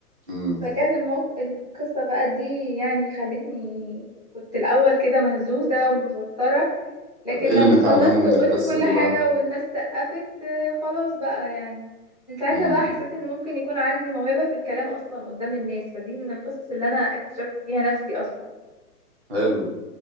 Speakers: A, on the right; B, on the left.
A: مم.
B: فكان الموقف القصة بقى دي يعني خلتني كنت الاول كده مهزوزة ومتوترة لكن
A: طب ايه اللي
B: لما
A: نتعلمه
B: خلصت
A: من
B: وقلت
A: القصة
B: كل
A: دي
B: حاجة
A: بقى؟
B: والناس سقفت آه، خلاص بقى يعني من ساعتها
A: مم.
B: بقى حسيت ان ممكن يكون عندي موهبة في الكلام اصلا قدام الناس فدي من القصص اللي انا اكتشفت فيها نفسي اصلا
A: حلو